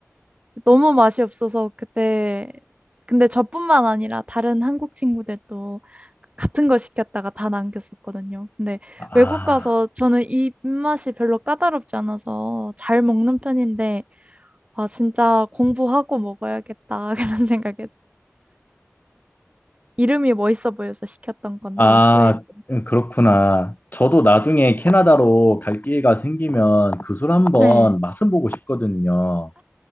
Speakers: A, on the right (about 25°); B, on the left (about 40°).
A: 너무 맛이 없어서 그때 근데 저뿐만 아니라 다른 한국 친구들도 그 같은 거 시켰다가 다 남겼었거든요. 근데
B: 아.
A: 외국 가서 저는 이 입맛이 별로 까다롭지 않아서 잘 먹는 편인데 아 진짜 공부하고 먹어야겠다 <laughs> 그런 생각에서 이름이 멋있어 보여서 시켰던 건데
B: 아,
A: 후회했어요.
B: 음, 그렇구나. 저도 나중에 캐나다로 갈 기회가 생기면 그 술 한번
A: 네,
B: 맛은 보고 싶거든요.